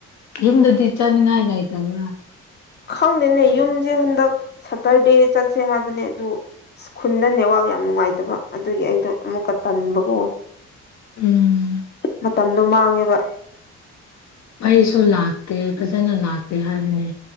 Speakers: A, on the left; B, on the left.
A: ꯌꯨꯝꯗꯗꯤ ꯆꯠꯅꯤꯡꯉꯥꯏ ꯂꯩꯇꯕ꯭ꯔꯥ
B: ꯈꯪꯗꯦꯅꯦ ꯌꯨꯝꯁꯦ ꯍꯟꯗꯛ ꯁꯇꯔꯗꯦ ꯆꯠꯁꯦ ꯍꯥꯏꯕꯅꯦ ꯑꯗꯨ ꯈꯨꯟꯗ ꯅꯦꯋꯥꯛ ꯌꯥꯝ ꯅꯨꯡꯉꯥꯏꯇꯕ ꯑꯗꯨꯒꯤ ꯑꯩꯗꯣ ꯑꯃꯨꯛꯀ ꯇꯟꯕꯀꯣ
A: ꯎꯝ
B: ꯃꯇꯝꯗꯣ ꯃꯥꯡꯉꯦꯕ
A: ꯃꯩꯁꯨ ꯂꯥꯛꯇꯦ ꯐꯖꯅ ꯂꯥꯛꯇꯦ ꯍꯥꯏꯕꯅꯦ